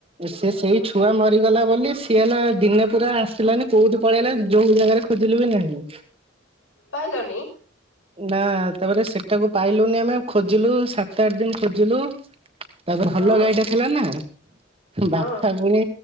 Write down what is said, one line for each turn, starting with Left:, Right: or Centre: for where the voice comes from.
Right: ସେ ସେଇ ଛୁଆ ମ ରିଗଲା ବୋଲି ସିଏ ହେଲା ଦିନେ ପୁରା ଆସିଲାନି କୋଉଠି ପଳେଇଲା ଯୋଉ ଜାଗାରେ ଖୋଜିଲୁ ବି ନାହିଁ।
Left: ପାଇଲନି?
Right: ନା ତାପରେ ସେଟାକୁ ପାଇଲୁନି ଆମେ ଖୋଜିଲୁ ସାତ ଆଠ ଦିନ ଖୋଜିଲୁ। ତାପ ଭଲ
Left: ହଁ
Right: ଗାଈଟା ଥିଲା ନା ବାପା
Left: ହଁ
Right: ପୁଣି